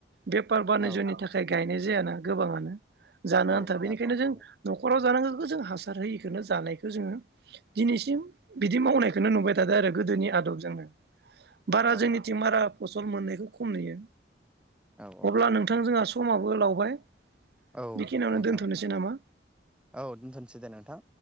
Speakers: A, on the right; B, in the centre.
A: बेपार बानिज्यनि
B: औ
A: थाखाय गायनाय जियाना गोबाङानो। जानो
B: औ
A: आन्था
B: जाखांबाय
A: बेनिखायनो जों नखराव जानो जों हासार होयो। नो जानायखौ जोङो दिनैसिम बिदि मावनायखौनो नुबाय थादों आरो गोदोनि आदबजोंनो। बारा
B: औ
A: जोंनिथिं मारा फसल मोननायखौ खम नुयो।
B: औ
A: अब्ला नोंथां जोंहा समाव बो लावबाय
B: औ
A: बेखिनियावनो
B: नोंथां
A: दोनथ'नोसै नामा
B: औ दोनथ'सै दे नोंथां।